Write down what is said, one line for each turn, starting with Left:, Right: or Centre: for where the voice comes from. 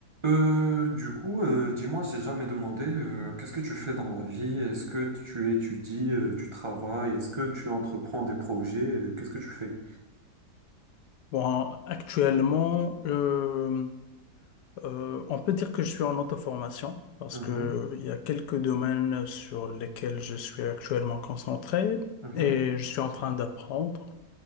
Right: Euh, du coup, euh, dis-moi, j'ai jamais demandé, euh, qu'est-ce que tu fais dans la vie? Est-ce que tu étudies, euh, tu travailles? Est-ce que tu entreprends des projets? Euh, Qu'est-ce que tu fais?
Left: Bon, actuellement, euh, euh, on peut dire que je suis en auto-formation parce
Right: Mhm,
Left: que il y a quelques domaines sur lesquels je suis actuellement concentré
Right: mhm.
Left: et je suis en train d'apprendre.